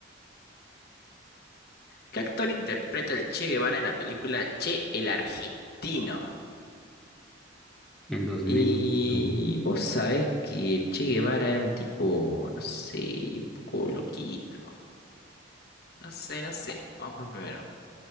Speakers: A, on the left; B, in the centre.
A: ¿Qué actor interpreta el Che Guevara en la película Che el Argentino?
B: En dos
A: Y
B: mil ocho
A: vos sabés que Che Guevara era un tipo, no sé, un poco loquito. No sé, no sé. Vamos por primero.